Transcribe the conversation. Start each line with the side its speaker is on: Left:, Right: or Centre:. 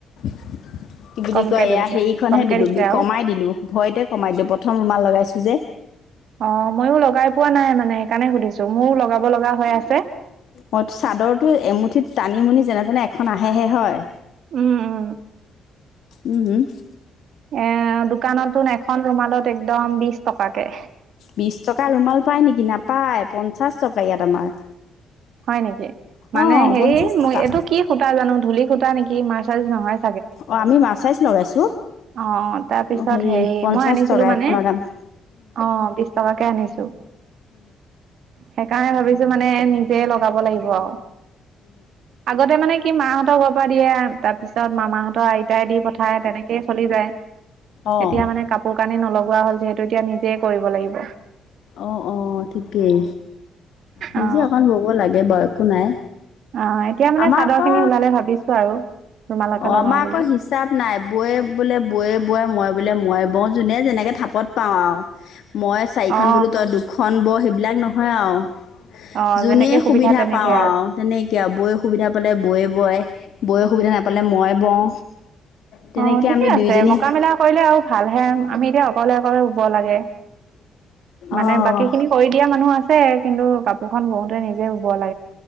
Left: <inaudible> কি বুলি
Right: কমকে
Left: কয় এয়া
Right: দিছে
Left: হেৰিখনহে
Right: কমকে
Left: দিলো
Right: দিছে আৰু
Left: কমাই দিলো ভয়তে কমাই দিলো প্ৰথম ৰুমাল, লগাইছো যে।
Right: অ ময়ো লগাই পোৱা নাই সেইকাৰণে সুধিছো মোৰো লগাব লগা হৈ আছে।
Left: মই চাদৰটো এমুঠিত টানিমুনি যেনে তেনে এখন আহেহে হয়।
Right: উম উম
Left: উম হম
Right: এ দোকানতোন এখন ৰুমালত, একদম বিশ টকাত কে
Left: বিশ টকা ৰুমাল পায় নেকি? নাপায় পঞ্চাশ টকা ইয়াত আমাৰ।
Right: হয় নেকি মানে
Left: অঁ
Right: হেৰি
Left: পঞ্চাছ টকা
Right: মই এইটো কি সূতা জানো ধূলি সূতা নেকি? কি মাছাজ নহয়।
Left: অঁ আমি মাৰ্চাইজ লগাইছোঁ
Right: অ তাৰপিছত
Left: অঁ
Right: হেৰি
Left: পঞ্চাছ
Right: মই আনিছিলো
Left: টকা
Right: মানে
Left: এখনৰ দাম
Right: অ বিশ টকাকে আনিছো সেইকাৰণে ভাবিছো। মানে নিজ লগাব লাগিব আৰু আগতে মানে কি মাহ কব দিয়ে তাৰ পিছত মামাহঁতৰ আইতাই দি পঠায়। তেনেকেই চলি যায়
Left: অঁ
Right: এতিয়া মানে কাপোৰ কানি নলগোৱা হ'ল যিহেতু এতিয়া নিজেই কৰিব লাগিব।
Left: অ অ ঠিকেই নিজে
Right: অ
Left: অকণ ব ক লাগে বয়কো নাই।
Right: অ এতিয়া মানে
Left: আমাৰ
Right: চাদৰ
Left: আকৌ
Right: খিনি ওলালে ভাবিছো আৰু ৰুমালকে
Left: অ
Right: লগাও
Left: আমাৰ আকৌ
Right: বুলি
Left: হিচাপ নাই বৈয়ে বোলে বৈ বয়ে মই বোলে মই ব যোনে যেনেকে থাপত পাওঁ আৰু মই খ
Right: অ
Left: বো তই দুখন ব বিলাক নহয় আৰু
Right: অ
Left: যোনে
Right: যেনেকে
Left: সুবিধা
Right: তেনেকে
Left: পাও আৰু তেনেকে আৰু বৈ সুবিধা পালে বৈ বয় বৈ সুবিধা নাপালে মই বওঁ তেনেকৈ
Right: অ ঠিকে
Left: আমি দুইজনী
Right: আছে মকা মেলা কৰিলে আৰু ভালহে আমি এতিয়া অকলে অকলে ৰুব লাগে মানে
Left: অঁ
Right: বাকী খিনি কৰি দিয়া মানুহ আছে কিন্তু। এখন বোতে নিজে ল